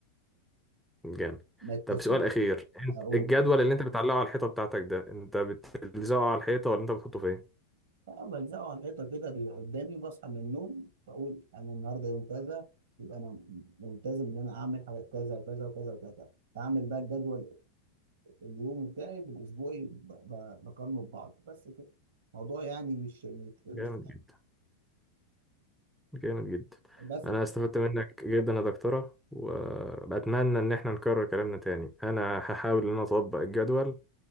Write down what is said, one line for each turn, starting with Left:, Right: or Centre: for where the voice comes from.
Centre: جامد
Right: ما تكسبش
Centre: طب سؤال اخير انت
Right: اقول
Centre: الجدول اللي انت بتعلقه على الحيطه بتاعتك ده انت بتلزقه على الحيطه ولا انت بتحطه فين
Right: اه بلزقه على الحيطه كده بيبقى قدامي بصحى من النوم بقول انا النهارده يوم كذا يبقى انا ملتزم ان انا اعمل حاجات كذا وكذا وكذا وكذا اعمل بقى الجدول اليومي بتاعي بالاسبوعي ب- ب- بقارنه ببعض بس كده الموضوع يعني مش مش مش
Centre: جامد جدا جامد جدا
Right: بس
Centre: انا استفدت منك جدا يا دكتوره وبتمنى ان احنا نكرر كلامنا تاني انا هحاول ان انا اطبق الجدول